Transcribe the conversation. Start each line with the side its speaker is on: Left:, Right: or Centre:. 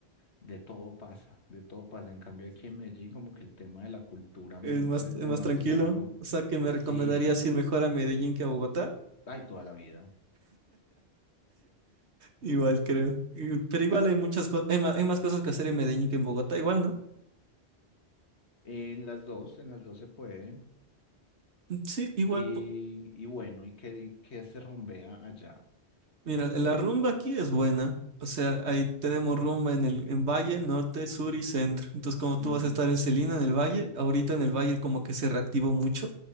Left: de todo pasa, de todo pasa. En cambio aquí en Medellín como que el tema de la cultura
Right: Es
Left: metro
Right: más,
Left: es
Right: es
Left: demasiado,
Right: más tranquilo. O sea, que me
Left: sí,
Right: recomendarías ir mejor a Medellín que a Bogotá.
Left: hay toda la vida.
Right: Igual creo. Y- Pero igual hay muchas cosas, hay ma- hay más, cosas que hacer en Medellín que en Bogotá, igual, ¿no?
Left: En las dos, en las dos se puede.
Right: Mm, Sí, igual.
Left: Y,
Right: po-
Left: y bueno, y que, y que se rumbea allá.
Right: Mira, la rumba aquí es buena. O sea, ahí tenemos rumba en el en Valle, Norte, Sur y Centro. Entonces, como tú
Left: Ujú,
Right: vas a estar en Celina, en el Valle, ahorita en el Valle como que se reactivó mucho.